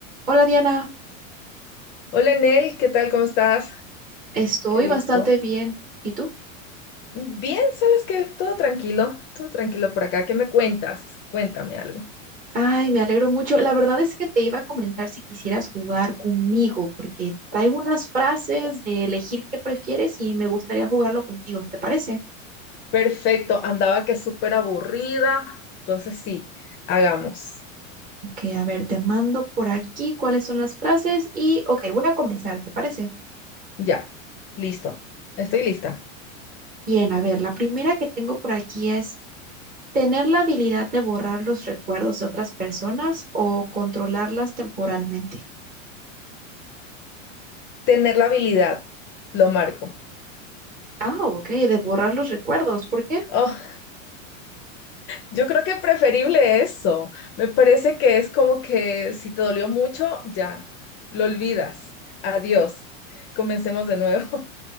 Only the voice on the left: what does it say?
Hola Nel, ¿qué tal? ¿Cómo estás?
Qué Eh, gusto.
Bien, ¿sabes qué? Todo tranquilo, todo tranquilo por acá. ¿Qué me cuentas? Cuéntame algo.
Perfecto, andaba que súper aburrida. Entonces sí, hagamos.
Ya, listo. Estoy lista.
Tener la habilidad, lo marco.
Oh, yo creo que preferible eso. Me parece que es como que si te dolió mucho, ya, lo olvidas. Adiós. Comencemos de nuevo,